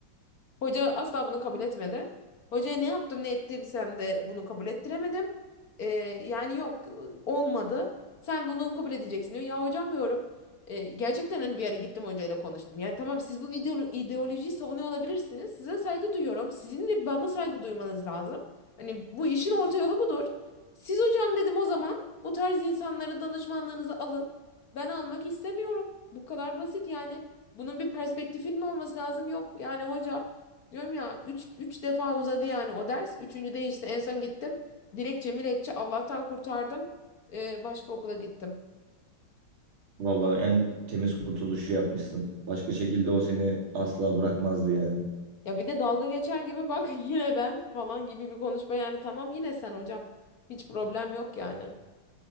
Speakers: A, on the left; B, on the right.
A: Hoca asla bunu kabul etmedi. Hocaya ne yaptım ne ettiysem de bunu kabul ettiremedim. Ee, yani yok olmadı. Sen bunu kabul edeceksin diyor. Ya hocam diyorum. e, gerçekten hani bir yere gittim hocayla konuştum. Yani tamam siz bu ideolo- ideolojiyi savunuyor olabilirsiniz. Size saygı duyuyorum. Sizin de bana saygı duymanız lazım. Hani bu işin orta yolu budur. Siz hocam dedim o zaman bu tarz insanları danışmanlığınızı alın. Ben almak istemiyorum. Bu kadar basit yani. Bunun bir perspektifinin olması lazım. Yok yani hoca. Diyorum ya üç üç defa uzadı yani o ders. Üçüncüde işte en son gittim. Dilekçe milekçe Allah'tan kurtardım. Ee, başka okula gittim.
B: Vallahi yani temiz kurtuluşu yapmışsın. Başka şekilde o seni asla bırakmazdı yani.
A: Ya bir de dalga geçer gibi bak <laughs> yine ben falan gibi bir konuşma yani tamam yine sen hocam. Hiç problem yok yani.